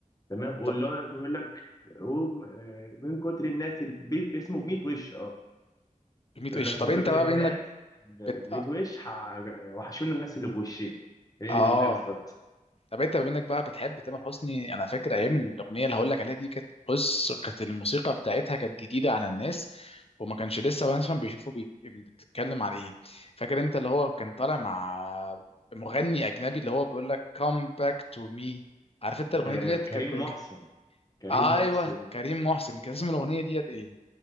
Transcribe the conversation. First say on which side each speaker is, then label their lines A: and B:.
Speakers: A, on the left (about 25°); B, on the left (about 45°).
A: تمام واللي
B: طب
A: هو بيقول لك هو م- آه، من كتر الناس ال- بي- اسمه ب 100 وش اه
B: ميت
A: بيقول
B: وش
A: لك
B: طب
A: من
B: انت
A: كتر
B: بقى
A: الناس
B: بانك
A: اللي
B: بت...
A: ب 100
B: اه
A: وش ح- وحشونا الناس اللي بوشين هي
B: آه.
A: دي الاغنيه بالظبط
B: طب انت بما انك بقى بتحب تامر حسني انا فاكر ايام الاغنيه اللي هقول لك عليها دي كانت بص كانت الموسيقى بتاعتها كانت جديده على الناس وما كانش لسه مثلا بيشوفوا بي... بتتكلم على ايه فاكر انت اللي هو كان طالع مع مغني اجنبي اللي هو بيقول لك come back to me عارف انت الاغنيه
A: آه،
B: ديت
A: كريم
B: كانت كانت-
A: محسن كريم
B: ايوه
A: محسن
B: كريم محسن كان اسم الاغنيه ديت ايه